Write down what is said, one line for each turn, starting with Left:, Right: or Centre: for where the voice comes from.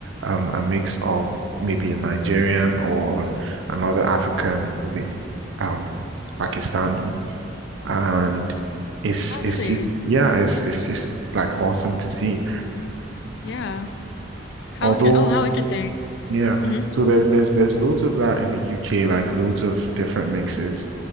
Right: um a mix of maybe a Nigerian or another African with um Pakistani and it's
Left: Oh, really?
Right: it's just yeah it's it's just like awesome to see
Left: Yeah. How
Right: although
Left: inter oh, how interesting.
Right: yeah
Left: hmm
Right: so there's there's there's loads of that in the UK like loads of different mixes